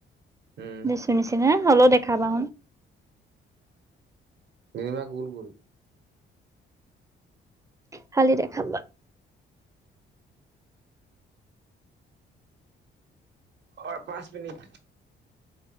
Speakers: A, on the right; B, on the right.
A: উম
B: লেচীৰ নিচিনা হলেও দেখাবা
A: নিমা গুল গুল
B: কালি দেখাবা
A: অঁ পাঁচ মিনিট।